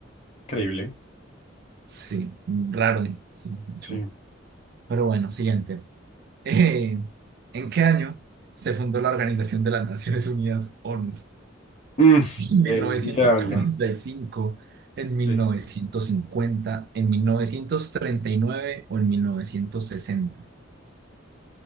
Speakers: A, on the left; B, on the right.
A: increíble.
B: Sí, raro, sí, mucho.
A: Sí.
B: Pero bueno, siguiente. Eh, ¿en qué año se fundó la Organización de las Naciones Unidas, ONU?
A: Mm,
B: ¿En mil
A: el
B: novecientos
A: diablo.
B: cuarenta y cinco, en mil
A: Sí.
B: novecientos cincuenta, en 1939 o en 1960?